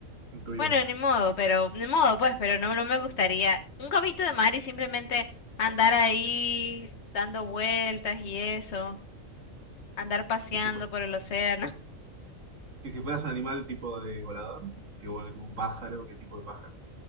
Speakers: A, on the right; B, on the left.
A: en tu vida?
B: Bueno, ni modo, pero, ni modo, pues, pero no, no me gustaría un caballito de mar y simplemente andar ahí dando vueltas y eso, andar paseando
A: ¿Y si, fue-
B: por el océano.
A: y si fueras un animal tipo de volador? Que vuela tipo un pájaro, ¿qué tipo de pájaro?